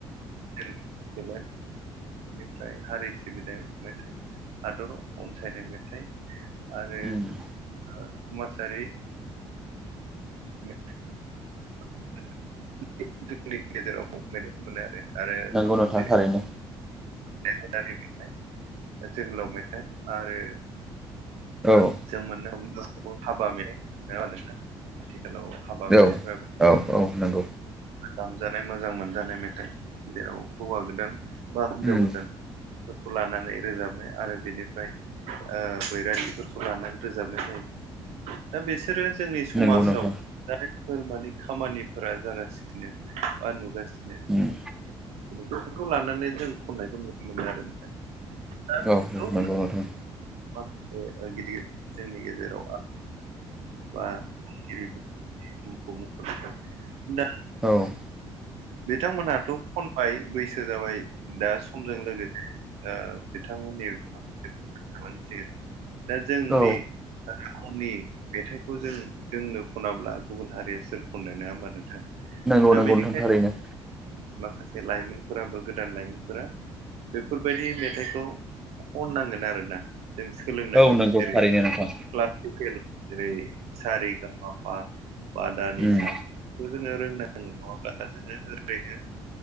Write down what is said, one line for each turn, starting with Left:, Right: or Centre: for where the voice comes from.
Right: <unintelligible> <unintelligible> बिनिफ्राय हारि सिबिनाय मेथाइ हादर अनसायनाय मेथाइ आरो
Centre: उम
Right: ओ समाजारि <unintelligible> जोंनि गेजेराव मे मोनो आरो आरो
Centre: नंगौ
Right: माखासे
Centre: नोंथां थारैनो
Right: नेहदारि मेथाइ जोहोलाव मेथाइ आरो
Centre: औ
Right: जों मोननो हाबा मोननाय नङा <unintelligible> आथिखालाव हाबा मेथफोरबा
Centre: औ औ औ नंगौ
Right: दामजानाय मोजां मोनजानाय मेथाइ जेराव हौवा गोदान बा हिनजाव
Centre: उम
Right: गोदान फोरखौ लानानै रोजाबना लानानै रोजाबनाय जायो दा बिसोरो जोंनि समाजाव
Centre: नंगौ नोंथां
Right: जायफोर माने खामानिफोरा जागासिनो बा नुगासिनो
Centre: उम
Right: बेफोरखौ लानानै जों खननायखौ नुनो मोनो आरो नोंथां दा
Centre: औ
Right: बेखौ
Centre: नंगौ नोंथां
Right: माखासे ओ गिदिर जोंनि गेजेराव बा <unintelligible> मुंखौ मख'नो दा
Centre: औ
Right: बिथांमोनहाथ' खनबाय बैसो जाबाय दा समजों लोगोसे बिथांमोननि माखासे थालांसिगोन दा जोंनि
Centre: औ
Right: रावनि मेथाइखौ जों जोंनो खनाब्ला गुबुन हारिया सोर खननो नङा होमबा नोंथां
Centre: नंगौ
Right: दा
Centre: नंगौ
Right: बेनिखायनो
Centre: नोंथां थारैनो
Right: माखासे लाइमोनफोराबो गोदान लाइमोनफोरा बेफोरबायदि मेथाइखौ खननांगोन आरोना जों सोलोंनांगोन
Centre: औ नंगौ
Right: जेरै
Centre: थारैनो नोंथां
Right: क्लासिकेल जेरै स रे गामफा बादानि
Centre: उम
Right: सा जोङो रोंनांगोन नङाब्ला जोङो ओरैनो